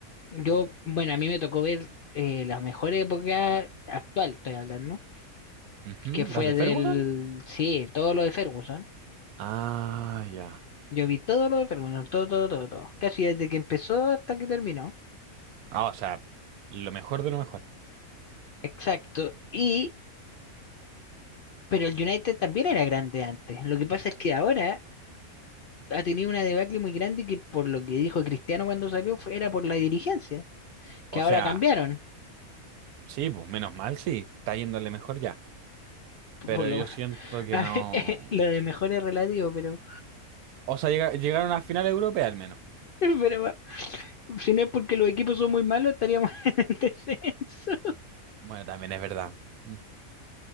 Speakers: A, on the left; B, on the right.
A: yo, bueno, a mí me tocó ver eh, la mejor época actual, estoy hablando,
B: Ujú,
A: que fue
B: ¿Las de
A: del,
B: Ferguson?
A: sí, todo lo de Ferguson.
B: Ah, ya.
A: Yo vi todo lo de Ferguson, todo, todo, todo, todo. Casi desde que empezó hasta que terminó.
B: Ah, o sea, lo mejor de lo mejor.
A: Exacto. Y, pero el United también era grande antes. Lo que pasa es que ahora ha tenido una debacle muy grande que por lo que dijo Cristiano cuando salió fue- era por la dirigencia,
B: O
A: que ahora
B: sea,
A: cambiaron.
B: sí, pues menos mal, sí, está yéndole mejor ya.
A: Por
B: Pero
A: lo,
B: yo siento que
A: A
B: no.
A: ver, <laughs> lo de mejor es relativo, pero,
B: O sea, llega- llegaron a final europea al menos.
A: <laughs> pero bueno, si no es porque los equipos son muy malos, estaríamos <laughs> en descenso.
B: Bueno, también es verdad. Mm,